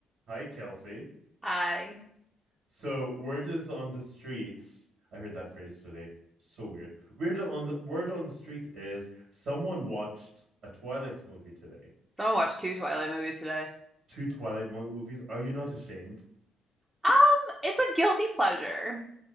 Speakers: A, on the right (about 70°); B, on the right (about 15°).
A: Hi, Kelsey.
B: Hi.
A: So, word is on the streets. I heard that phrase today. So weird. Weird on the word on the street is someone watched a Twilight movie today.
B: Someone watched two Twilight movies today.
A: Two Twilight movies. Are you not ashamed?
B: Um, it's a guilty pleasure.